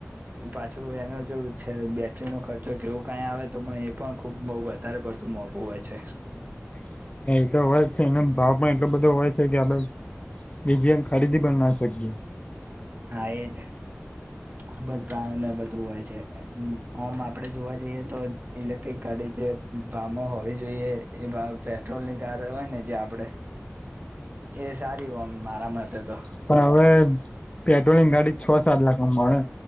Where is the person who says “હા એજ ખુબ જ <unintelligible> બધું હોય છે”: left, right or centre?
Right